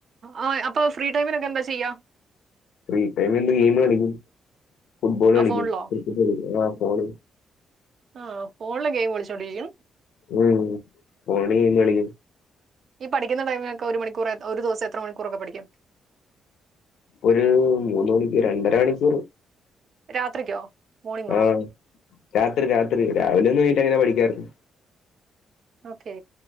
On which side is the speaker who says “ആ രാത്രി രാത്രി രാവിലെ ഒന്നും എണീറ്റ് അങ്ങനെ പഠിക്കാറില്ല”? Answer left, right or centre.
Left